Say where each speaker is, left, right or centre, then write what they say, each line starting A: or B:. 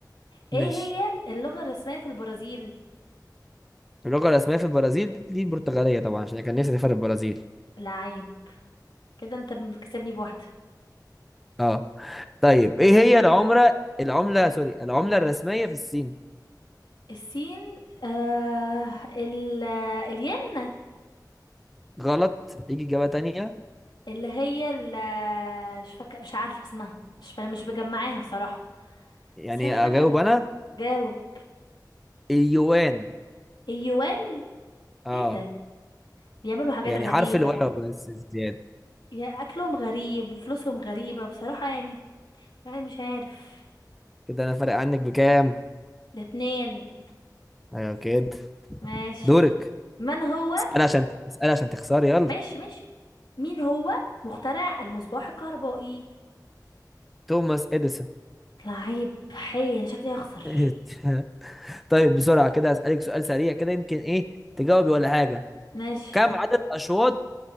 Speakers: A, on the left (about 80°); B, in the centre.
A: ايه
B: ماشي
A: هي اللغه الرسميه في البرازيل
B: اللغه الرسميه في البرازيل دي البرتغاليه طبعا عشان كان نفسي اسافر البرازيل
A: لعيب كده انت مكسبني بواحده
B: اه طيب ايه هي العمره العمله سوري العمله الرسميه في الصين
A: السين آه ال الين
B: غلط يجي اجابه تانية
A: اللي هي ال مش فاكره مش عارفه اسمها مش فاكره مش مجمعاها بصراحه
B: يعني
A: بس انا فاكره
B: اجاوب انا
A: جاوب
B: اليوان
A: اليوان
B: اه
A: ايه ده بيعملوا حاجات
B: يعني
A: غريبه
B: حرف الواو بس زياده
A: يعني اكلهم غريب وفلوسهم غريبة بصراحة يعني الواحد مش عارف
B: كده انا فارق عنك بكام
A: ده اتنين
B: ايوه كده
A: ماشي
B: دورك
A: من هو
B: اسأل عشان اسأل عشان تخسري يلا
A: ماشي ماشي مين هو مخترع المصباح الكهربائي
B: توماس اديسون
A: لعيب حي انا شكلي هخسر
B: <laughs> طيب بسرعة كده اسألك سؤال سريع كده يمكن ايه تجاوبي ولا حاجة
A: ماشي
B: كم عدد اشواط